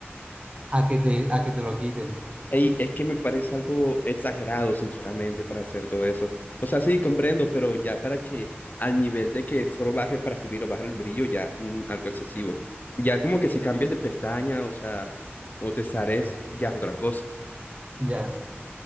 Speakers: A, on the right; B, on the left.
A: a que te, a que te lo quiten.
B: Ey, es que me parece algo exagerado, sinceramente, para hacer todo eso. O sea, sí, comprendo, pero ya para que al nivel de que solo baje para subir o bajar el brillo, ya mm, algo excesivo. Ya como que si cambias de pestaña, o sea, o te sales ya es otra cosa.
A: Ya.